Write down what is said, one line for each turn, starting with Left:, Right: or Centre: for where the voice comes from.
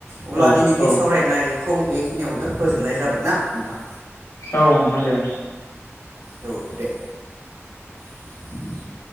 Right: अब्ला
Left: औ
Right: दिनैनि
Left: औ
Right: सावरायनाय खौ बेखिनियावनो फोजोबनाय जाबाय ना नोंथां।
Left: औ नोंथां दे औ।
Right: औ दे। <inaudible>